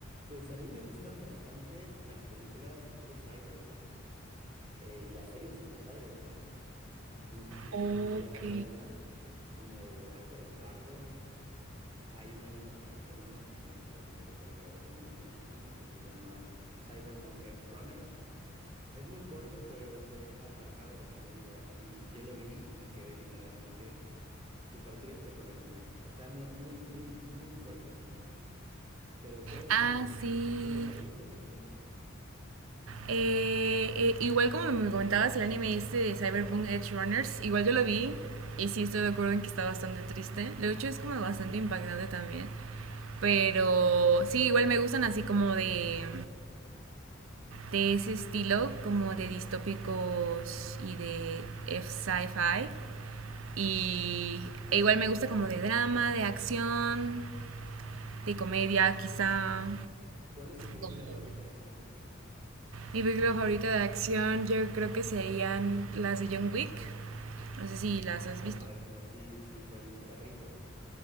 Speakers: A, on the right; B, on the right.
A: Pues a mí me gustan bastante las películas tipo cyberpunk eh, y las series tipo cyberpunk. No sé si
B: Ok.
A: has llegado a ver algunas, como Altered Carbon. Hay un anime bastante bueno, no sé si lo has visto, pero te lo recomiendo muchísimo, que se llama Cyberpunk Edge Runners. Es, es muy corto, pero te deja marcado de por vida. Así, yo lo vi y quedé literalmente súper triste con el final. Está muy, muy, muy, muy fuerte el final. Pero ¿cuál es
B: Ah,
A: tu,
B: sí.
A: tu género favorito de películas?
B: Eh, eh, igual como me comentabas, el anime este de Cyberpunk Edge Runners, igual yo lo vi y sí estoy de acuerdo en que está bastante triste. Lo hecho es como bastante impactante también. Pero sí, igual me gustan así como de, de ese estilo, como de distópicos y de F sci-fi. Y e igual me gusta como de drama, de acción, de comedia quizá.
A: ¿Cuál es tu película
B: Como
A: favorita de acción?
B: Mi película favorita de acción yo creo que serían las de John Wick. No sé si las
A: Ah,
B: has
A: están
B: visto.
A: padrísimos, sí, sí, por el perrito.